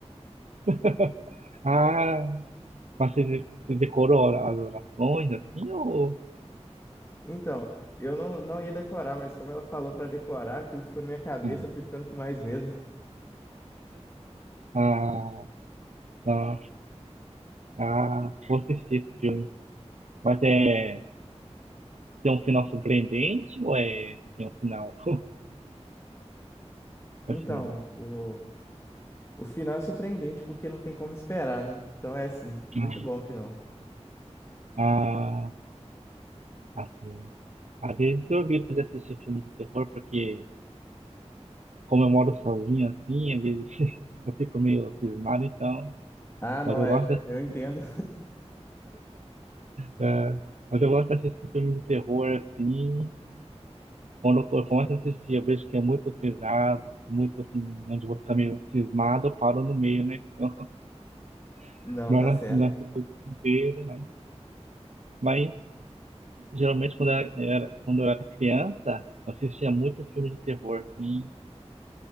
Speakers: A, on the right (about 85°); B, on the left (about 25°).
A: <laughs> Ah, mas você de- você decorou as orações, assim, ou.
B: Então, eu não, não ia decorar, mas como ela falou pra decorar, aquilo ficou na minha cabeça,
A: Hum.
B: eu fui ficando com mais medo. <laughs>
A: Ah, ah, ah, vou assistir esse filme. Mas é. Tem um final surpreendente ou é. Tem um final, <laughs>
B: Então,
A: assim.
B: o, o final é surpreendente porque não tem como esperar, né? Então é assim, muito
A: hum,
B: bom o final.
A: Ah, ah, assim. Às vezes eu evito de assistir filme de terror, porque como eu moro sozinho assim, às vezes <laughs> eu fico meio cismado, então.
B: Ah, não
A: Mas eu
B: é,
A: gosto dessa-
B: eu entendo.
A: é, mas eu gosto de assistir filme de terror assim. Quando eu começo a assistir, eu vejo que é muito pesado, muito assim, onde eu vou ficar meio cismado, eu paro no meio, né? Então,
B: <laughs>
A: <laughs>
B: Não,
A: melhor
B: tá certo.
A: não assistir tudo inteiro, mas, mas geralmente quando eu era, era- quando eu era criança, eu assistia muito filme de terror, assim.